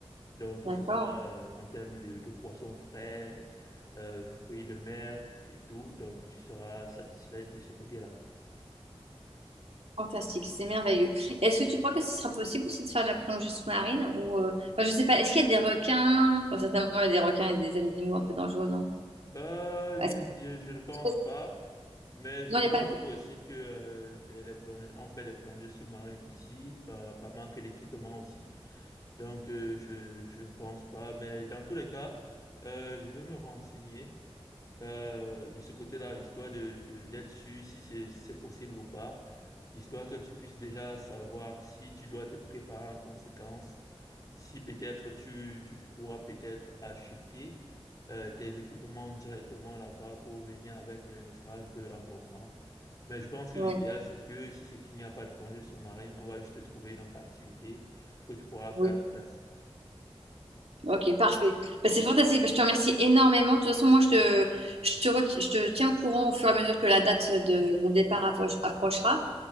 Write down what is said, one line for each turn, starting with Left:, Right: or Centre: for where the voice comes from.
Left: Donc, que
Right: D'accord,
Left: ce soit euh, en termes de, de poissons frais, euh, fruits de mer et tout. Donc, tu seras satisfait de ce côté-là.
Right: Fantastique, c'est merveilleux. Est-ce que tu crois que ce sera possible aussi de faire de la plongée sous-marine ou euh, enfin, je sais pas, est-ce qu'il y a des requins? Enfin, certainement il y a des requins et des animaux un peu dangereux, non?
Left: Euh,
Right: Est-ce
Left: je, je, je ne pense
Right: que-
Left: pas, mais je
Right: Non,
Left: ne
Right: il
Left: Ok.
Right: n'y a
Left: pense
Right: pas de...
Left: pas aussi que euh, les, les plonge- on fait des plongées sous-marines ici par, par manque d'équipement aussi. Donc, euh, je, je ne pense pas. Mais dans tous les cas, euh, je vais me renseigner euh, de ce côté-là, histoire de, de- d'être sûr si c'est si c'est possible ou pas, histoire que tu puisses déjà savoir si tu dois te préparer en conséquence si peut-être tu, tu pourras peut-être acheter euh, tes équipements directement là-bas pour venir avec, mais ça sera un peu encombrant. Mais je pense que
Right: Ouais,
Left: l'idéal, c'est que si c'est qu'il n'y a pas de plongée sous-marine, on va juste trouver une autre activité que tu pourras faire
Right: oui.
Left: à la place.
Right: Ok, parfait. Bah, c'est fantastique. Bah, je te remercie énormément. De toute façon, moi, je te, je te, re- je te tiens au courant au fur et à mesure que la date de mon départ approche- approchera.